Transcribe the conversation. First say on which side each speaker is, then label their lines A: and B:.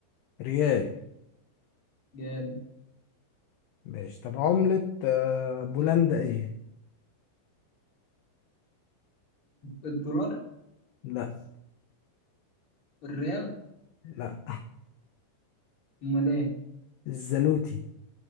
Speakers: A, on the left (about 80°); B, on the left (about 30°).
A: ريال
B: جال
A: ماشي طب عملة آه، بولندا ايه؟
B: الدولار
A: لا
B: الريال
A: لا
B: امال ايه
A: الزلوتي